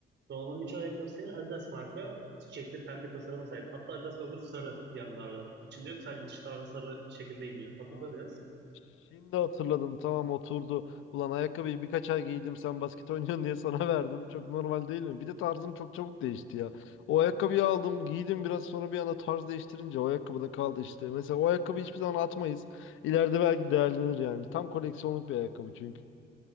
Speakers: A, on the right; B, on the left.
A: Donovan'ın iç ayakkabısı senin Adidas marka. Çiçekli pembe tasarıma sahip. Hatta Adidas logosu sarı yanlarda. İçinde yok sadece dışlarda sarı şekilde iniyor. Hatırla
B: Aa,
A: biraz.
B: şimdi hatırladım. Tamam oturdu. Ulan ayakkabıyı birkaç ay giydim. Sen basket oynuyorsun diye sana <laughs> verdim. Çok normal değil mi? Bir de tarzım çok çabuk değişti ya. O ayakkabıyı aldım, giydim biraz sonra bir anda tarz değiştirince o ayakkabı da kaldı işte. Mesela o ayakkabıyı hiçbir zaman atmayız. İleride belki değerlenir yani. Tam koleksiyonluk bir ayakkabı çünkü.